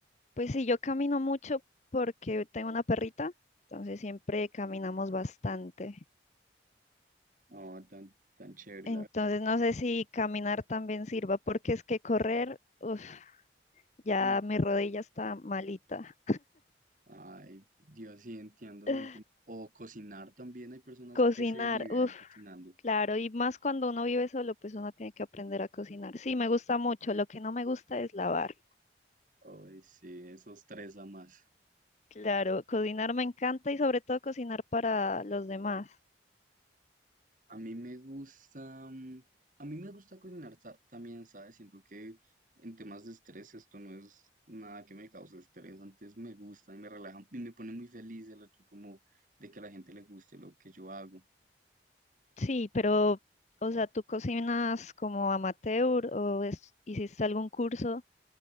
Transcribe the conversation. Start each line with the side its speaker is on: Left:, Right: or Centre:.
Left: pues sí, yo camino mucho porque tengo una perrita, entonces siempre caminamos bastante.
Right: Oh, tan, tan chévere,
Left: Entonces
Right: la verdad.
Left: no sé si caminar también sirva porque es que correr, uf, ya
Right: Mm.
Left: mi rodilla está malita.
Right: Ay, Dios, sí, entiendo, no
Left: <laughs>
Right: entiendo. O cocinar también, hay personas
Left: Cocinar,
Right: que se liberan
Left: uff,
Right: cocinando.
Left: claro, y más cuando uno vive solo, pues uno tiene que aprender a cocinar. Sí, me gusta mucho, lo que no me gusta es lavar.
Right: Ay, sí, eso estresa más.
Left: Claro, cocinar me encanta y sobre todo cocinar para los demás.
Right: A mí me gusta, mm, a mí me gusta cocinar ta- también, ¿sabes? Siento que en temas de estrés esto no es nada que me cause estrés, antes me gusta y me relaja y me pone muy feliz el hecho como de que a la gente le guste lo que yo hago.
Left: Sí, pero, o sea, ¿tú cocinas como amateur o es- hiciste algún curso?